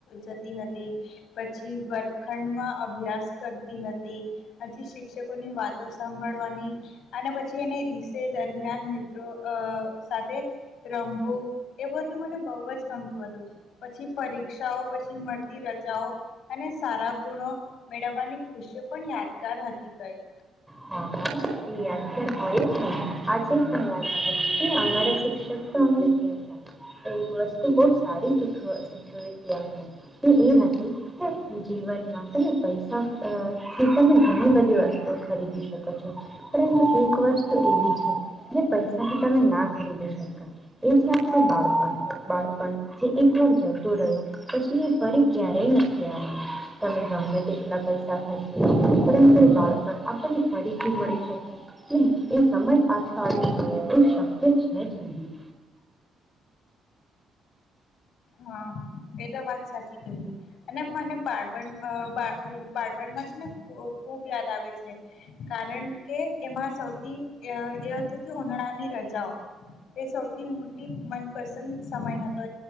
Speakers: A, on the left; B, in the centre.
A: જતી હતી પછી, વર્ગખંડમાં અભ્યાસ કરતી હતી પછી, શિક્ષકોની વાતો સાંભળવાની અને પછી એને રીસે દરમિયાન મિત્રો અ સાથે રમવું એ બધું મને બહુ જ ગમતું હતું પછી પરીક્ષાઓ પછી મળતી રજાઓ અને સારા ગુણો મેળવવાની ખુશીઓ પણ યાદગાર હતી કઈક
B: હા <inaudible> યાદગાર હોય જ ને આજે પણ યાદ આવે કે અમારા શિક્ષક તો અમને કેતા એક વસ્તુ બહુ સારી શીખી ગયા એ હતી અમને એ હતી કે જીવનમાં તમે પૈસા થી તમે ઘણી બધી વસ્તુઓ ખરીદી શકો છો પરંતુ એક વસ્તુ એવી છે જે પૈસાથી તમે ના ખરીદી શકો એથી આપતું બાળપણ. બાળપણ જે એક વાર જતુ રહ્યો પછી એ ફરી ક્યારેય નથી આવવાનું તમે ગમે તેટલા પૈસા ખરચી પરંતુ બાળપણ આપણને ફરીથી મળી શકે કે એ સમય પાછો આવી શકે એવું શક્ય છે જ નહી
A: હા એ તો વાત સાચી કહી અને મને બાળપણ અ બા બાટપણમાં છે ને ખૂબ યાદ આવે છે કારણ કે એમાં સૌથી એ હતું કે ઉનાળાની રજાઓ એ સૌથી મોટી મનપસંદ સમય હતો